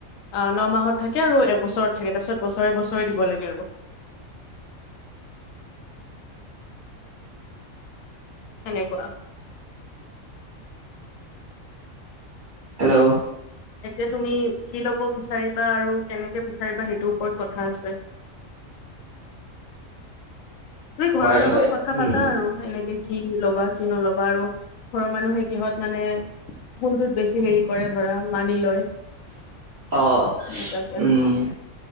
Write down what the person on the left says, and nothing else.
আহ ন মাহত থাকে আৰু এক বছৰত থাকে তাৰ পিছত বছৰে বছৰে দিব লাগে আৰু। সেনেকোৱা
এতিয়া তুমি কি লব বিচাৰিবা আৰু কেনেকে বিচাৰিবা সেইটোৰ ওপৰত কথা আছে। তুমি ঘৰৰ
লগত
কথা
পাতা আৰু এনেকে। কি ল'বা কি নল'বা আৰু ঘৰৰ মানুহে কিহত মানে ফোনটোত বেছি হেৰি কৰে ধৰা মানি লয় এনেকুৱা
কে